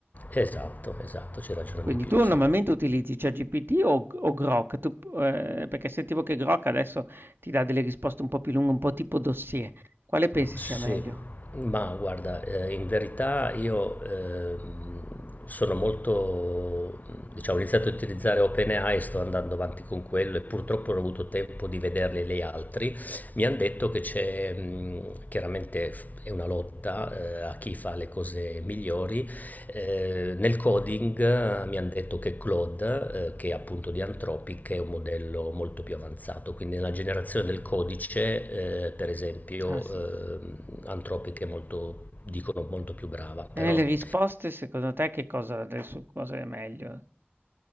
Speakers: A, on the left; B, on the right.
A: Esatto, esatto, c'è ragione
B: Quindi
A: di più,
B: tu
A: sì.
B: normalmente utilizzi ChatGPT o G o Grok? Tu p ehm, perché sentivo che Grok adesso ti dà delle risposte un po' più lunghe, un po' tipo dossier. Quale pensi
A: Sì,
B: sia meglio?
A: ma guarda, eh, in verità io ehm, sono molto, diciamo, ho iniziato a utilizzare OpenAI e sto andando avanti con quello e purtroppo non ho avuto tempo di vederli gli altri. Mi hanno detto che c'è, mh, chiaramente f- è una lotta eh, a chi fa le cose migliori Eh, nel coding eh, mi hanno detto che Claude, eh, che è appunto di Anthropic, è un modello molto più avanzato, quindi nella generazione del codice, eh, per esempio,
B: Ah, sì. E
A: eh, Anthropic è molto, dicono, molto più brava, però,
B: nelle risposte secondo te che cosa adesso cosa è meglio?